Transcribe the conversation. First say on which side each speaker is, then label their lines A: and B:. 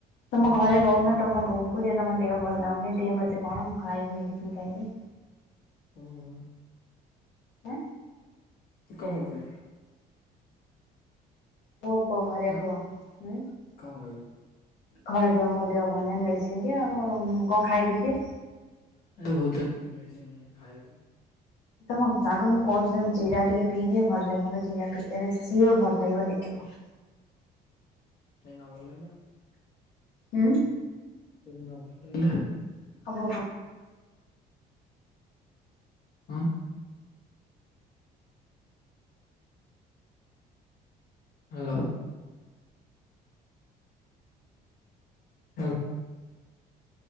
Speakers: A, on the left (about 60°); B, on the left (about 80°).
A: କଣ
B: ତମ ଘରେ
A: କହୁଛ
B: କହୁନ?
A: କୁହ?
B: ତମ ବୋଉଙ୍କୁ ଯେ ତମ ଦେହ ଭଲ ଲାଗୁନି, ଦିଅ ମୋତେ କଣ ମୁଁ ଖାଇି, ମେଡ଼ିସିନ ଖାଇବି।
A: ହୁଁ, ହୁଁ।
B: ହେ?
A: ତମ ପାଇଁ
B: କୁହ କୁହ ଘରେ
A: ଉଁ
B: କୁହ ହୁଁ
A: କଣ କହିବି?
B: ଘରେ କହିବ ମୋ ଦେହ ଭଲ ନାଇଁ, ମେଡିସିନ ଦିଅ, ଆଉ କଣ ଖାଇବି ଦିଅ।
A: <unintelligible> ମେଡ଼ିସିନ ଆଣିକି ଖାଇବି।
B: ତମ ଆଗ ମୁଁ କହୁଛି ତମେ ଜିରା ଟିକେ ପିଇଦିଅ ଭଲ ଲାଗିବ, ଜିରା ପିଇଦେଲେ ସିଓର ଭଲ ଲାଗିବ ଦେଖିବ।
A: ଏୟିନା ଭଲ ଲାଗିଲା।
B: ହୁଁ।
A: <unintelligible>
B: ହଁବ ହ।
A: ହଁ। ହ୍ୟାଲୋ। ହ୍ୟାଲୋ।